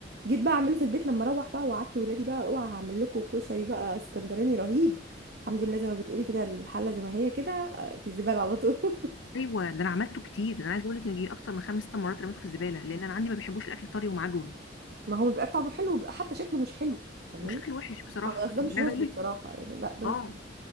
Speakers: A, on the right (about 55°); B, on the left (about 85°).
A: جيت بقى اعمله في البيت لما اروح بقى وقعدت ولادي بقى اوعى هعمل لكم كشري بقى اسكندراني رهيب الحمد لله زي ما بتقولي كده الحله زي ما هي كده آه، في الزباله على طول
B: ايوه ده انا عملته كتير انا عايزه اقول لك ان دي اكتر من خمس ست مرات رميته في الزباله لان انا عندي ما بيحبوش الاكل طري ومعجون
A: <laughs> ما هو بيبقى طعمه حلو وبيبقى حتى شكله مش حلو فاهماني
B: وشكله وحش بصراحه
A: اه بس ده
B: يعني
A: مش
B: عايزه
A: رز
B: اقول
A: بصراحة يعني لا ده
B: اه
A: مش